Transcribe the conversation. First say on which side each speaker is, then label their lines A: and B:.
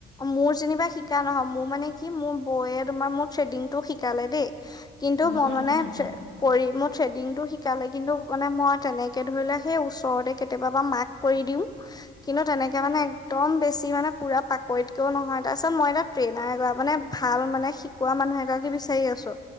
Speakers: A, on the left; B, on the left.
A: মোৰ যেনিবা শিকা নহয়, মোৰ মানে কি মোৰ বৌয়ে তোমাৰ মোৰ থ্ৰেডিং টো শিকালে দেই কিন্তু মই
B: বাৰু
A: মানে
B: সেইটো নাজানো
A: কৰি, মোৰ থ্ৰেডিং টো শিকি ালে, কিন্তু মানে মই তেনেকে ধৰিলে সেই ওচৰতে কেতিয়াবা বাা মাক কৰি দিও, কিন্তু তেনেকে এ' মানে এক্দম বেছি মানে পুৰা পাকৈৰিতকেও নহয়, তাৰপিছত মই এটা ট্ৰেইনাৰ, এ'মানে ভাল মানে শিকোৱা মানুহ এগৰাকী বিচাৰি আছো,